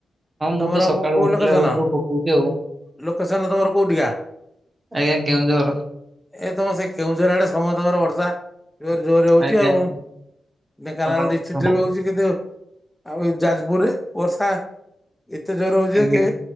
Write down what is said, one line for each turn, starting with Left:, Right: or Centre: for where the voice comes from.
Right: ହଁ ମୁଁ
Centre: ତମର
Right: ତ ସକାଳୁ
Centre: କୋ କୋଉ
Right: ଉଠିଲା
Centre: ଲୋକେସନ୍,
Right: ବେଳଠୁ ପକଉଛି ଆଉ
Centre: ଲୋକେସନ୍ ତମର କୋଉଠିକା?
Right: ଆଜ୍ଞା କେଉଁଝର।
Centre: ଏ ତମ ସେ କେଉଁଝର ଆଡେ ସମସ୍ତଙ୍କର ବର୍ଷା। ଜୋର ଜୋରରେ ହଉଛି
Right: ଆଜ୍ଞା
Centre: ଆଉ,
Right: ଆଜ୍ଞା
Centre: ଢେଙ୍କାନାଳ
Right: ପ୍ରବଳ
Centre: ଡିଷ୍ଟ୍ରିକ୍ଟ
Right: ବର୍ଷା
Centre: ରେ ବି ହଉ ଚି, କିନ୍ତୁ ଆଉ ଯାଜପୁରରେ ବର୍ଷା ଏତେ ଜୋରେ ହଉଛି
Right: ଆଜ୍ଞା
Centre: ଯେ